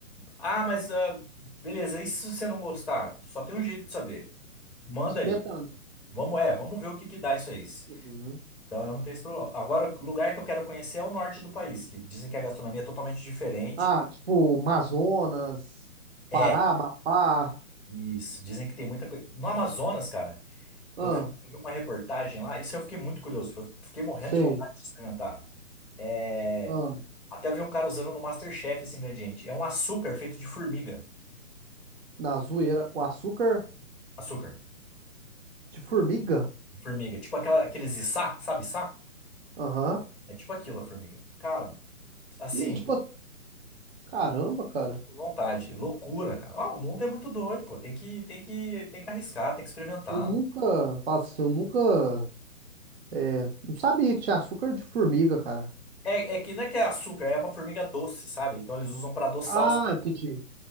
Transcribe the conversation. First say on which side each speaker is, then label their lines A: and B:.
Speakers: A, in the centre; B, on the right.
A: Ah, mas ah, beleza. E se você não gostar? Só tem um jeito de saber. Manda
B: experimentando.
A: aí. Vamos, é, vamos ver o que que dá isso aí.
B: Uhum.
A: Então eu não tenho esse problema. Agora, o lugar que eu quero conhecer é o norte do país, que dizem que a gastronomia é totalmente diferente.
B: Ah, tipo, Amazonas,
A: É,
B: Pará, Amapá.
A: isso. Dizem que tem muita coisa. No Amazonas, cara, eu
B: Ah,
A: vi, eu vi uma reportagem lá, isso eu fiquei muito curioso. Eu fiquei morrendo
B: sei.
A: de vontade de experimentar. É,
B: Ah,
A: Até eu vi um cara usando no MasterChef esse ingrediente. É um açúcar feito de formiga.
B: na zoeira. O açúcar
A: Açúcar.
B: de formiga.
A: de Formiga. Tipo aquela, aqueles içá, sabe içá?
B: Aham.
A: É tipo aquilo, a formiga. Cara, assim,
B: E, tipo, caramba, cara.
A: vontade. Loucura, cara. Ah, o mundo é muito doido, pô. Tem que, tem que, tem que arriscar, tem que experimentar.
B: Eu nunca, falo assim, eu nunca, é, não sabia que tinha açúcar de formiga, cara.
A: É, é que não é que é açúcar, é uma formiga doce, sabe? Então eles usam pra adoçar
B: Ah,
A: os...
B: entendi.